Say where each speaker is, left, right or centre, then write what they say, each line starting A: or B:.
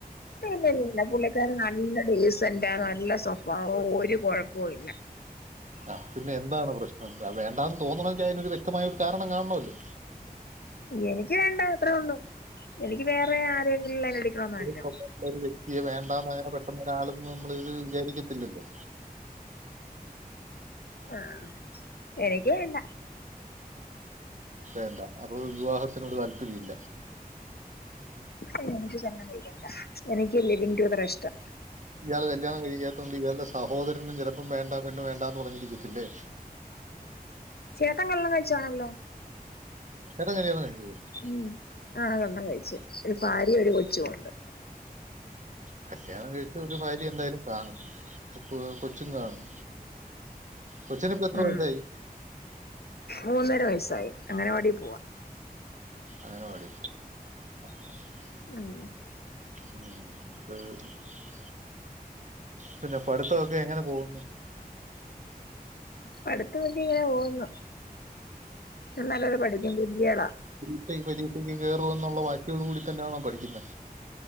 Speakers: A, on the left; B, on the right.
A: ഇല്ലല്ല ല്ലാ പുള്ളിക്കരൻ നല്ല ഡീസന്റാ നല്ല സ്വ ഭാവോം ഒരു കൊഴപ്പോം ഇല്ല
B: ആ പിന്നെ എന്താണ് പ്രശ്നം വ വേണ്ടാന്ന് തോന്നണോങ്കി അയിനൊരു വ്യക്തമായ ഒരു കാരണം കാണണോല്ലോ
A: എനിക്ക് വേണ്ട അത്രേ ഒള്ളൂ എനിക്ക് വേറെ ആരെങ്കിൽ ലൈൻ അടിക്കണോന്നാ
B: ഒരു
A: ആഗ്രഹം
B: സ്വഭാവമുള്ള ഒരു വ്യക്തിയെ വേണ്ടാന്ന് അങ്ങനെ പെട്ടെന്ന് ഒരാളൊന്നും നമ്മളിത് വിചാരിക്കത്തില്ലല്ലോ
A: ആഹ എനക്ക് വേണ്ട
B: വേണ്ട അപ്പൊ വിവാഹത്തിനോട് താല്പര്യം ഇല്ല
A: എനിക്ക് കഴിക്കണ്ട എനിക്ക് ലിവിംഗ് ടുഗെതറാ ഇഷ്ടം
B: ഇയാള് കല്യാണം കഴിക്കാത്തോണ്ട് ഇയാളുടെ സഹോദരനും ചെലപ്പം വേണ്ട പെണ്ണ് വേണ്ടാന്ന് പറഞ്ഞിരിക്കത്തില്ലേ
A: ചേട്ടൻ കല്യാണം കഴിച്ചയാണല്ലോ
B: ചേട്ടൻ കല്യാണം കഴി <unintelligible>
A: ഉം ആ കല്യാണം കഴിച്ച് ഒരു ഭാര്യേം ഒരു കൊച്ചുവുണ്ട്
B: കല്യാണം കഴച്ചാ ഒരു ഭാര്യ എന്തായാലും കാണും കൊ കൊച്ചും കാണും കൊച്ചിനിപ്പോ എത്ര
A: ഉം
B: വയസ്സായി
A: മൂന്നര വയസ്സായി അംഗനവാടി പോവാ
B: അംഗനവാടി പോ <unintelligible>
A: ഉം
B: ഉം അപ്പ <unintelligible> പിന്നെ പഠിത്തവൊക്കെ എങ്ങനെ പോകുന്നു?
A: പടുത്തവൊക്കെ ഇങ്ങനെ പോവുന്ന് ഞാൻ നല്ലോല <unintelligible> പഠിക്കും ഗുഡ്ഗേളാ
B: ല്ല ഈ പരീക്ഷക്ക് കേറുവെന്നുള്ള വാശിയോട് കൂടി തന്നെയാണോ പഠിക്കുന്നെ?